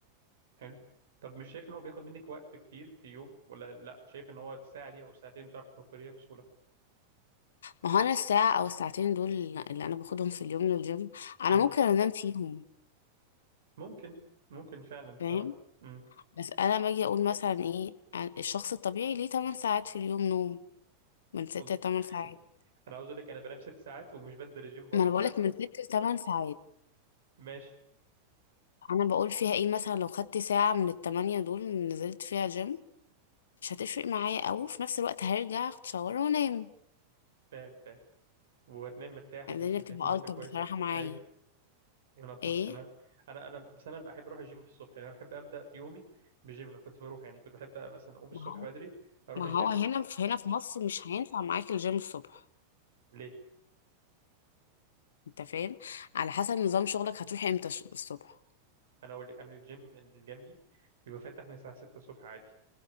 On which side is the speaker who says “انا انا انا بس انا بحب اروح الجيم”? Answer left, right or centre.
Right